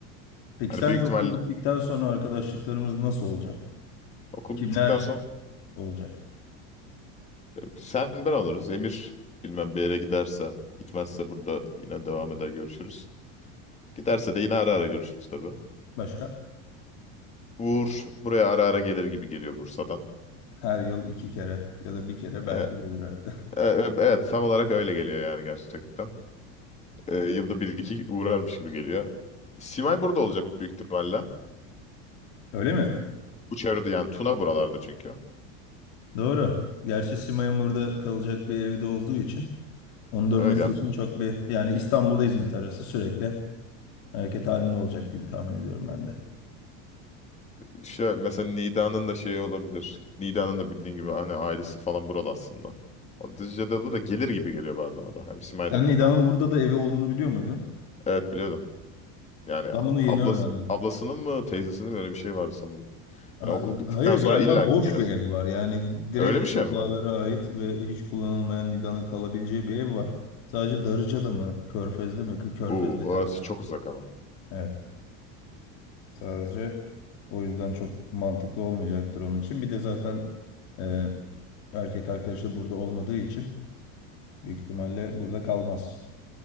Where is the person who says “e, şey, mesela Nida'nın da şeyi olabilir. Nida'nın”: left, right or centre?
Left